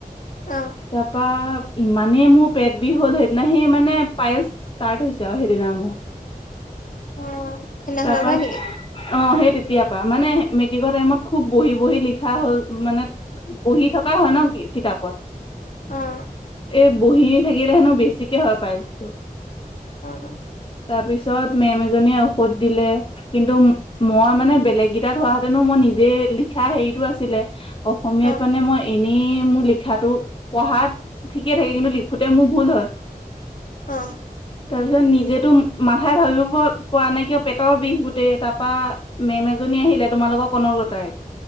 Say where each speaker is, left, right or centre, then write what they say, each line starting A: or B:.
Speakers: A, on the left; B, on the left.
A: অঁ'।
B: তাৰাপা ইমানে মোৰ পেট বিষ হ'ল সেইদিনা সেই মানে পায়লচ ষ্টাৰ্ট হৈছে আৰু হেইদিনা মোৰ
A: অ', সেইদিনাখনৰ
B: তাৰপা
A: পৰাই নেকি?
B: অঁ', সেই তেতিয় পৰা মানে মেট্ৰিকৰ টাইমত খুব বহি, বহি লিখা হ'ল মানে। বহি থকা হয় ন কিতাপত।
A: অঁ।
B: এই বহী থাকিলে হেনো বেছিকে হয় পাইন্ঞ্চটো।
A: অঁ।
B: তাৰপিছত মেম এজনীয়ে ঔষধ দিলে, কিন্তু মই মানে বেলেগ গেইটাত হোৱাহতেনো মই নিজে লিখা হেৰিটো আছিলে। অসমীয়াত
A: অ',
B: মানে মই এনেই মোৰ লিখাটো পঢ়াত ঠিকে থাকে, কিন্তু লিখোতে মোৰ ভুল হয়।
A: অঁ।
B: তাৰ পিছত নিজেতো মাথাই ভাবিব পৰা নাই কিয় পেটৰ বিষ গোটেই তাত। তাৰপা মেম এজনী আহিলে তোমালোকৰ কনক লতাই।